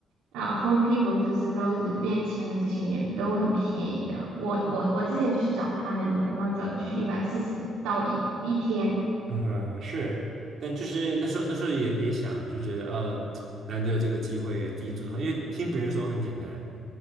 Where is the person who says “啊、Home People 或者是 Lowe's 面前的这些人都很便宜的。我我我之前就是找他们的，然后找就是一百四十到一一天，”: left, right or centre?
Right